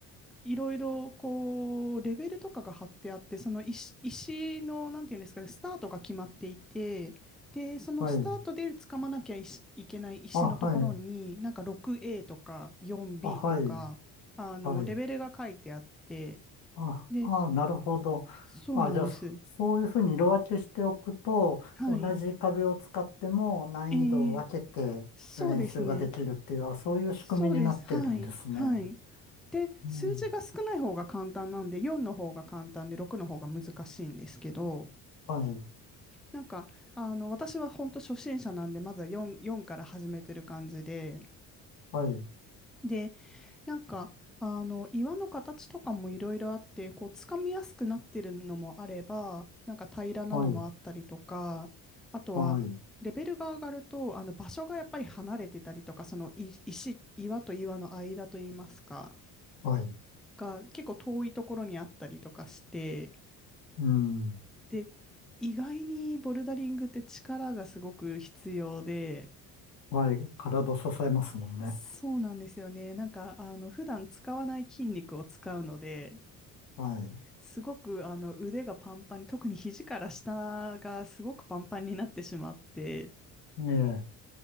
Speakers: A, in the centre; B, on the left.
A: いろいろこうレベルとかが貼ってあってその石、石のなんていうんですかねスタートが決まっていてでそのスタートで掴まなきゃいし、
B: はい。
A: いけない石のところになんか
B: あ、はい。
A: 6A とか 4B
B: あ、はい。
A: とかあのレベルが書いてあって
B: はい。あ、
A: で
B: あ、なるほど。
A: そうなんです
B: あ、じゃあ、そそういうふうに色分けしておくと、
A: はい
B: 同じ壁を使っても難易度を分けて練習ができるっていう、
A: えー、そうですね
B: あ、そういう仕組みになってるんですね。
A: そうですはいはいで数字が少ない方が簡単なんで4の方が簡単で6の方が難しいんですけど
B: うん。はい。
A: なんか、あの、私は本当初心者なんで、まずは4、4から始めてる感じで、
B: はい。
A: で、なんか、あの、岩の形とかもいろいろあって、こう、つかみやすくなってるのもあれば、なんか平らなのもあったりとか、
B: はい。
A: あとは、
B: はい。
A: レベルが上がると、あの、場所がやっぱり離れてたりとか、そのい石、岩と岩の間といいますか、
B: はい。
A: が結構遠いところにあったりとかして、
B: うん。
A: で、意外にボルダリングって力がすごく必要で、
B: はい。体支えますもんね。
A: そうなんですよね。なんか、あの、普段使わない筋肉を使うので、
B: はい。
A: すごくあの腕がパンパンに、特に肘から下がすごくパンパンになってしまって、
B: ええ。